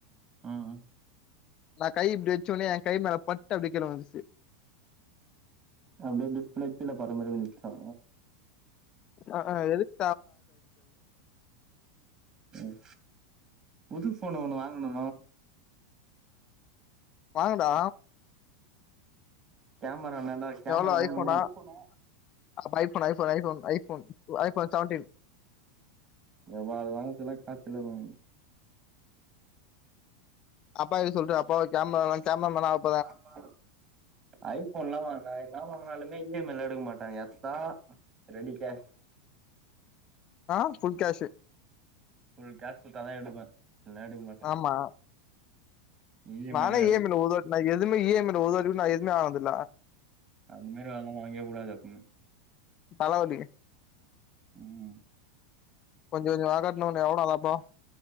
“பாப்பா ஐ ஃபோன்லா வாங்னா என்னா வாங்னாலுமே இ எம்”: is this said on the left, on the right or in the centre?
Right